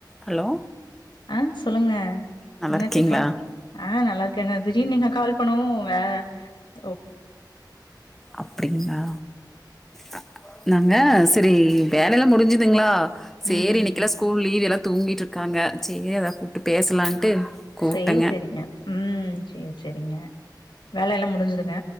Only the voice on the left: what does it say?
அ சொல்லுங்க
இன்னத்தி
கால் ஆ நல்லா இருகேங்க திடீர்ன்னு நீங்க கால் பண்ணுவு அ
ம் ம்
ம்
சேர் செரிங்க ம் சேர் செரிங்க வேல எல்லா முடிஞ்சுதுங்க